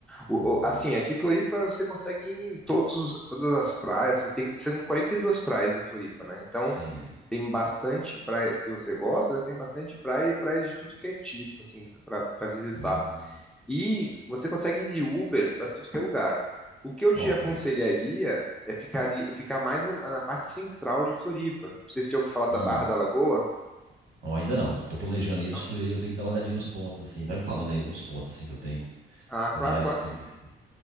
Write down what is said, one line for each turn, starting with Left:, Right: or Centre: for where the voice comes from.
Centre: O-
Right: Hum,
Centre: o- assim, aqui em Floripa você consegue ir em todos, os- todas as praias, assim, tem, são 42 praias em Floripa, né? Então,
Right: sim.
Centre: tem bastante praia, se você gosta, né, tem bastante praia e praia de tudo que é tipo, assim, pra, pra visitar.
Right: Hum.
Centre: E você consegue ir de Uber para tudo que é lugar. O que eu te
Right: Ó,
Centre: aconselharia
Right: que massa.
Centre: é ficar, de- ficar mais no- na parte central de Floripa. Não sei se você ouviu falar da
Right: Hum.
Centre: Barra da Lagoa.
Right: Não, ainda não. Eu Tô planejando isso
Centre: Não?
Right: e aí eu tenho que dar uma olhadinha nos pontos, assim. Vai me falando aí alguns pontos, assim, que eu tenho,
Centre: Ah,
Right: pra
Centre: claro,
Right: me dar mais
Centre: claro.
Right: experiências.